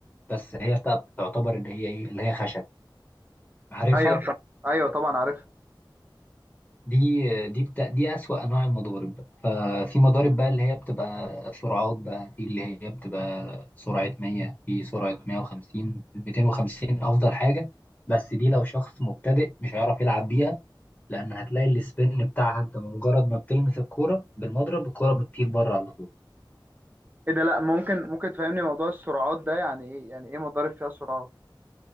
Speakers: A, on the left (about 20°); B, on the right (about 25°).
A: بس هي بتاعت تعتبر ان هي ايه اللي هي خشب عارفها
B: ايوه صح ايوه طبعا عارف
A: دي دي بتا... دي اسوأ انواع المضارب ففي مضارب بقى اللي هي بتبقى سرعات بقى في اللي هي بتبقى سرعة 100 في سرعة 150 250 افضل حاجة بس دي لو شخص مبتدئ مش هيعرف يلعب بيها لان هتلاقي السبين بتاعها انت مجرد ما بتلمس الكورة بالمضرب الكورة بتطير بره على طول
B: ايه ده لا ممكن ممكن تفهمني موضوع السرعات ده يعني ايه يعني ايه مضارب فيها سرعات